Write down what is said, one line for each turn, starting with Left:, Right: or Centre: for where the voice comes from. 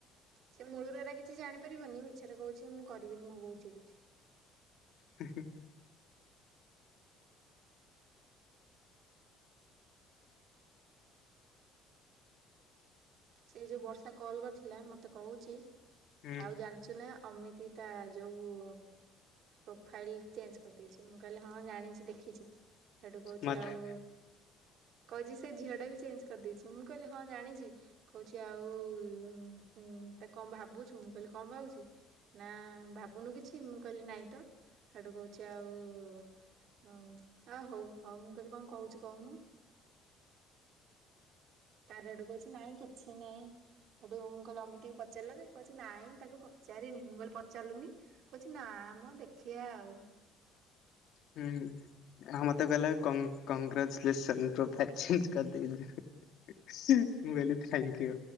Right: ସେ ମୂଳୁରୁ ଏରା କିଛି ଜାଣିପାରିବନି ମିଛରେ କହୁଛି ମୁଁ କରିବିନି ମେଉ ଚିଡୁଚି।
Left: ହ
Right: ସେଇ ଯୋଉ ବର୍ଷା କଲ କରିଥିଲା ମତେ କହୁଚି
Left: ହୁଁ
Right: ଆଉ ଜାଣି ସୁୁନା ଅମିତି ତା ଯୋଉ ପ୍ରୋଫାଇଲ ଚେଞ୍ଜ କରିଦେଇଚିମୁଁ କହିଲି ହଁ ଜାଣିଚି ଦେଖିଚି ସେଠୁ କହୁଛି
Left: ମତେ
Right: ଆଉ କହିଛି ସେ ଝିଅ ଟା ବି ଚେଞ୍ଜ କରିଦେଇଚି ମୁଁ କହିଲି ହଁ ଜାଣିଚି। କହୁଛି ଆଉ ତା କଣ ଭାବୁଛୁ ମୁଁ କହିଲି କଣ ଭାବୁଚି। ନା ଭାବୁନୁ କିଛି ମୁଁ କହିଲି ନାଇଁ ତ ହେଟୁ କହୁଛି ଆଉ ହୁଁ ଆଉ ହଉ ହଉ ମୁଁ କହିଲି କଣ କହୁଛିୁ କହୁନୁ? ତାର ଆଡୁ କହୁଛି ନାଇଁ କିଛି ନାଇଁ। ହେଟୁ ମୁଁ କହିଲି ଏମିତିକୁ ପଚାରିଲ ଯେ ନାଇଁ ତାକୁ ପଚାରିନି ମୁଁ କହିଲି ପଚାରିଲୁନି? କହୁଛି ନା ମ ଦେଖିବା ଆଉ
Left: ହୁଁ। ହଁ ମତେ କହିଲ କ କଗ୍ରା କଂଗ୍ରାଚୁଲେସନ <unintelligible> ମୁଁ କହିଲି ଥ୍ୟାଙ୍କୟୁ।